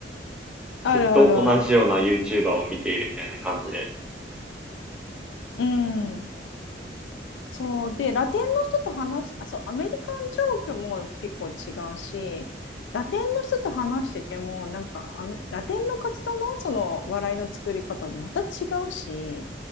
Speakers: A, on the left (about 90°); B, in the centre.
A: あるあるある。
B: ずっと同じような YouTuber を見ているみたいな感じで、
A: うん。そう。で、ラテンの人と話し、あ、そう、アメリカンジョークも結構違うし、ラテンの人と話してても、なんか、あの、ラテンの活動のその笑いの作り方もまた違うし、